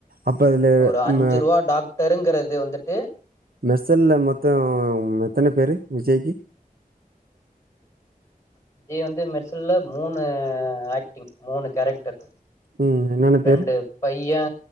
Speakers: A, on the right; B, on the left.
A: அப்ப அதுல
B: ஒரு அஞ்சு
A: ம
B: ருவா டாக் டருங்கிறது வந்துட்டு
A: மெர்சல்ல மொத்தோம் எத்தன பேரு விஜய்க்கி
B: விஜய் வந்து மெர்சல்ல மூனு ஆக்டிங் மூனு கேரக்டர்
A: ம் என்னென்ன
B: ரெண்டு
A: பேரு
B: பையே